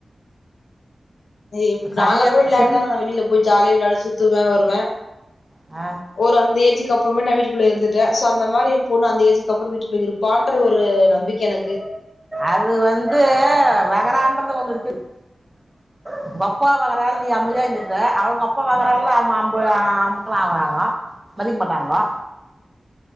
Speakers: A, on the left; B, on the right.
A: இப்ப
B: சஞ்சல்
A: நாளா கூட விளையாடிதாங்க
B: சின்
A: மேம் வெளில போய் ஜாலியா விளையாடுவ சுத்துவே வருவே
B: ஆ
A: ஒரு அந்த ஏஜிக்கு அப்புறமா நா வீட்டுகுள்ள இருந்துட்டே சோ அந்த மாரி எயா பொண்ணு அந்த ஏஜிக்கு அப்றோ வீட்டுக்குள்ள இருக் பான்ற ஒரு நம்பிக்க எனக்கு
B: அது வந்து வகறான்றது ஒண்ணு இருக்குது உங்கொப்பா வாகறால நீ அமைதியா இருந்துருப்ப அவுங்க அப்பா வாகறால அவு அம்பு வாங்கறாங்கோ மதிக்க மாட்டாங்கோ